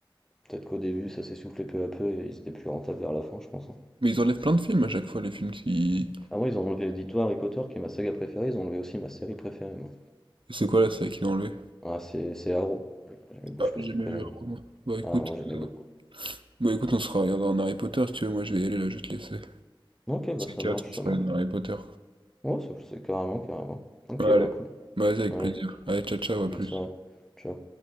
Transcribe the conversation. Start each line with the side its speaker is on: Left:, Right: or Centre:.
Centre: Peut-être qu'au début, ça s'est soufflé peu à peu et ils étaient plus rentables vers la fin, je pense, hein.
Right: Mais ils enlèvent plein de films à chaque fois, les films qui...
Centre: Ah ouais, ils ont enlevé, dis-toi, Harry Potter qui est ma saga préférée, ils ont enlevé aussi ma série préférée, moi.
Right: C'est quoi la série qu'ils ont enlevé
Centre: Ah, c'est c'est Arrow, j'aimais beaucoup
Right: Ah,
Centre: je sais
Right: j'ai
Centre: pas si
Right: jamais
Centre: tu connais,
Right: vu, alors,
Centre: moi
Right: moi. Bah écoute,
Centre: ah moi, j'aimais
Right: euh,
Centre: beaucoup.
Right: bah écoute, on sera regardera un Harry Potter si tu veux, moi je vais y aller là, je vais te laisser. C'est
Centre: OK, bah, ça
Right: quatre,
Centre: marche,
Right: on se
Centre: ça
Right: regarde
Centre: marche.
Right: un Harry Potter.
Centre: Ouais, ça c'est carrément, carrément. OK,
Right: Ouais, allez,
Centre: bah, cool.
Right: Bah, vas-y, avec
Centre: Ouais,
Right: plaisir. Allez, ciao, ciao, à
Centre: bonne
Right: plus.
Centre: soirée. Ciao.